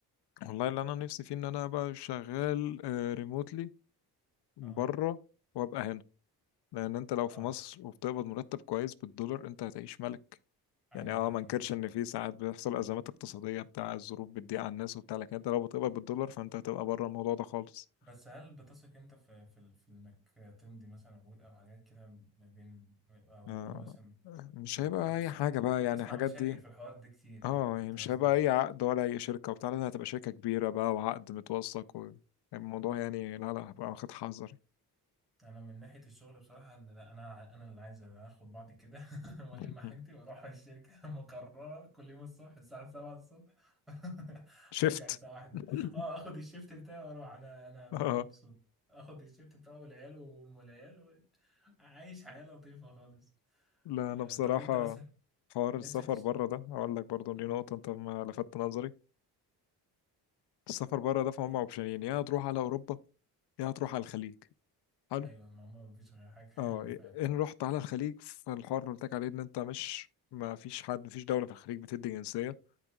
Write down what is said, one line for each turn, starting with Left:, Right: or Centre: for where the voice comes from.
Left: والله اللي انا نفسي فيه ان انا ابقى شغال ريموتلي بره
Centre: أه
Left: وابقى هنا لان انت لو في
Centre: أه
Left: مصر وبتقبض مرتب كويس بالدولار انت هتعيش ملك
Centre: أيوه
Left: يعني اه
Centre: ده حقيقي
Left: ما انكرش
Centre: بالظبط
Left: ان في ساعات بيحصل ازمات اقتصادية بتاع الظروف بتضيق على الناس وبتاع لكن انت لو بتقبض بالدولار فانت هتبقى بره الموضوع ده خالص
Centre: بس هل بتثق انت في في ال- في انك تمضي مثلا عقود او حاجات كده ما بين او
Left: آه،
Centre: اللي هو مثلا
Left: مش
Centre: في
Left: هيبقى
Centre: ال- انا بس
Left: اي حاجه
Centre: كنت كنت
Left: بقى يعني
Centre: اسمع
Left: الحاجات
Centre: مشاكل
Left: دي
Centre: في الحوار ده كتير يعني
Left: اه
Centre: كنت
Left: يعني مش
Centre: اسمع
Left: هيبقى اي عقد ولا اي شركه وبتاع لازم هتبقى شركه كبيره بقى وعقد متوثق و... الموضوع يعني لا لا هبقى واخد حذري
Centre: انا من ناحيه الشغل بصراحه إن لا انا ع- انا اللي عايز أنا اخد بعضي كده <laughs>
Left: <laughs>
Centre: والم حاجتي واروح على الشركه <laughs> مقرره كل يوم الصبح الساعه 7 الصبح <laughs>
Left: شفت
Centre: وارجع الساعه 1
Left: <laughs>
Centre: اه اخد الشيفت بتاعي واروح انا انا هكون
Left: اه
Centre: مبسوط اخد الشيفت بتاعي والعيال وام العيال و... عايش حياه لطيفه خالص
Left: لا
Centre: آه،
Left: انا بصراحه
Centre: طب انت مثلا
Left: حوار السفر
Centre: نفسك تشت...
Left: بره ده هقول لك برضه دي
Centre: مم.
Left: نقطه انت ما لفتت نظري السفر بره ده فهم
Centre: أي.
Left: اوبشنين يا هتروح على اوروبا يا هتروح على الخليج حلو
Centre: ايوه ما ما فيش غير حاجه
Left: اه
Centre: غيرهم
Left: إيه،
Centre: فعلا
Left: ان رحت على الخليج فالحوار اللي قلت لك عليه ان انت مش ما فيش حد مفيش دولة في الخليج بتدي جنسية